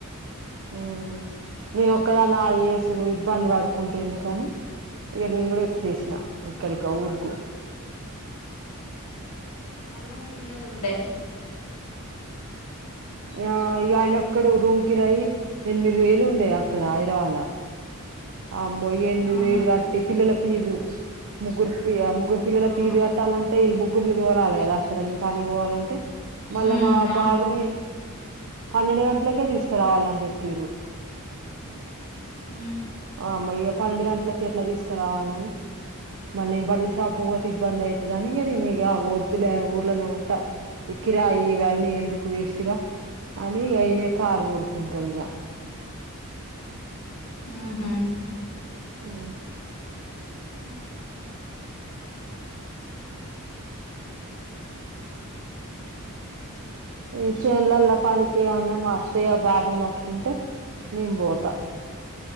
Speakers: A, on the right; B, on the left.
A: ఊ నేను ఒక్కదాన్నా
B: ఉహు
A: చేసి ఇడు ఇబ్బంది పడుకుంటే ఎందుకని ఇగ నేను కూడా వచ్చేసిన ఇక్కడికి ఊరుకు
B: మళ్ళా పిల్లలు ఉండే
A: ఆ ఆయన అక్కడ రూమ్ కిరాయి ఎనిమిది వేలు ఉండేయి అక్కడ ఆఐరవాల అమ్మో ఎనిమిది
B: అవునా
A: వేరు కాదు టిఫినుల ఫీజు ముగ్గురు ముగ్గురు పిల్లల
B: అవును
A: ఫీజు క పెట్టాలంటే ఈ ముగ్గురుని దోలాల కదా అక్కడ నే పని పోవాలంటే మళ్ళా
B: ఉమ్
A: మా
B: అవును
A: బాబుని పన్నెండు గంటలకే తీసుకురావాలని జెప్పిరు
B: ఉ
A: అమ్మో ఇ పన్నెండు గంటలకు ఎట్లా తీసుకురావాలని మళ్ళీ బడ్ల షాపు పోతే ఇబ్బంది అయి దానిగా నక వద్దులే ఊర్లోనే ఉంటా ఇకిరాయి ఇవన్నీ ఎందుకు వేస్ట్గా అని ఇగ యినే కారు దోలుకుంటాడు ఇగ
B: ఉహు
A: ఆ
B: హ
A: ఈ చేన్లల్ల పానికి అన్న మా అత్తయ్య బాబుని పట్టుకుంటే నేను పోతా